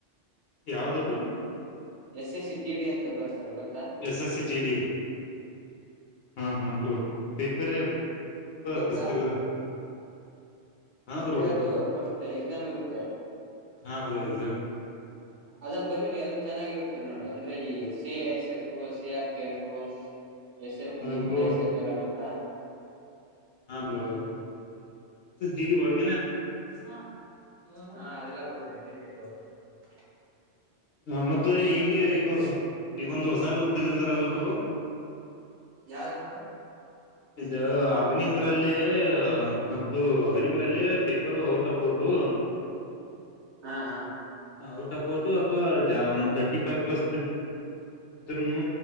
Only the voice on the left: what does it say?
ಯಾವ್ದಬ್ರು.
S S C G D ಹಾ ಹಾ ಬ್ರೋ ಪೇಪರ್
ಫಿಸಿಕಲ್ ಹಾ
ಬ್ರೋ ಗೊತ್ತು
ಹಾ ಬ್ರೋ ಎಕ್ಸಾಮ್
ಹಾ bro
ಹಾ ಬ್ರೋ ಜೀಡಿ ಒಳಗೆ
ಹ ಮತ್ತೆ
ಹೀಗೆ
ಈಗ ಈಗೊಂದು ಹೊಸಾರ ತೆಗದಿದಾರಲ್ಲಬ್ರು.
ಇದು ಅಗ್ನಿವಿರಲ್ಲಿ ಮತ್ತು ಅಗ್ನಿವರಲ್ಲಿ ಪೇಪರು ಔಟ್ ಆಫ್ ಔಟು ಹ
ಔಟಪೋಟು ಅಥವಾ ಒನ್ ತರ್ಟಿ ಫೈ್ ಪ್ಲಸ್ ಇದ್ರನು